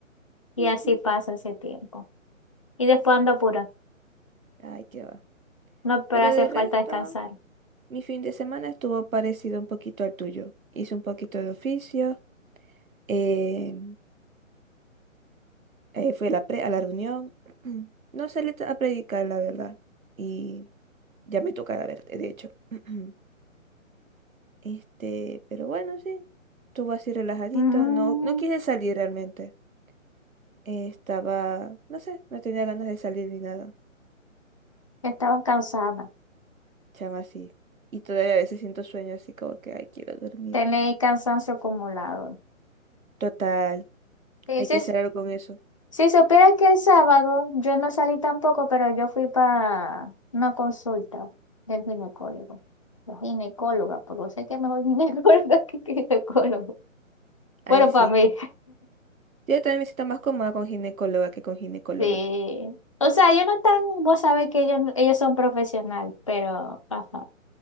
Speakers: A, on the left; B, on the right.
A: Y
B: Ujú,
A: así
B: ujú.
A: pasa ese tiempo. Y después ando apura.
B: Ay, qué va.
A: No, pero
B: Pero
A: hace
B: de
A: falta
B: resto...
A: descansar.
B: Mi fin de semana estuvo parecido un poquito al tuyo. Hice un poquito de oficio, eh, eh, fui a la, pre- a la reunión. <clears throat> No salí a predicar, la verdad. Y ya me toca verte, de hecho. <clears throat> Este, pero bueno, sí. Estuvo así relajadito.
A: Mm,
B: No, no quise salir realmente. Eh, estaba, no sé, no tenía ganas de salir ni nada.
A: estabas cansada.
B: Chama así. Y todavía a veces siento sueño así como que, ay, quiero dormir.
A: Tenéis cansancio acumulado.
B: Total,
A: Sí,
B: hay
A: sí,
B: que hacer algo con eso.
A: Si supieras que el sábado yo no salí tampoco, pero yo fui para una consulta del ginecólogo. La ginecóloga, porque yo sé que mejor ginecóloga <laughs> que ginecólogo.
B: Ahí
A: Bueno,
B: sí.
A: para mí,
B: Yo también me siento más cómoda con ginecóloga que con ginecólogo.
A: <laughs> sí. O sea, yo no están, vos sabés que ellos, ellos son profesionales, pero ajá,